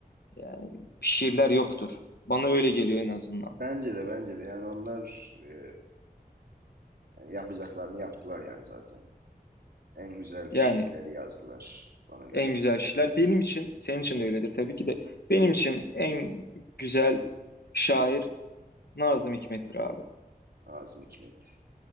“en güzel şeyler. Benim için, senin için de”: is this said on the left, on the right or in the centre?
Left